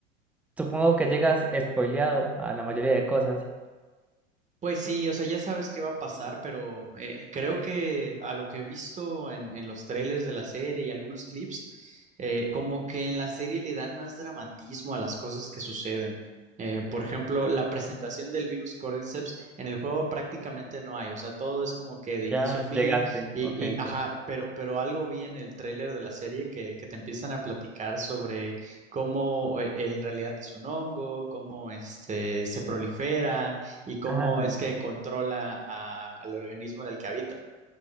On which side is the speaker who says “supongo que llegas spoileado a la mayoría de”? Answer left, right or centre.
Centre